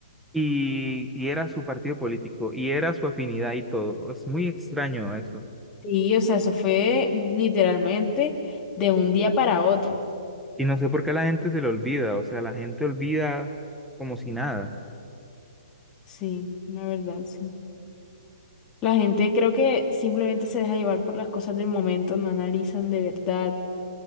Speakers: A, in the centre; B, on the left.
A: Y, y era su partido político, y era su afinidad y todo. Es muy extraño eso.
B: Sí, o sea, eso fue literalmente de un día para otro.
A: Y no sé por qué la gente se lo olvida, o sea, la gente olvida como si nada.
B: Sí, la verdad, sí. La gente creo que simplemente se deja llevar por las cosas del momento, no analizan de verdad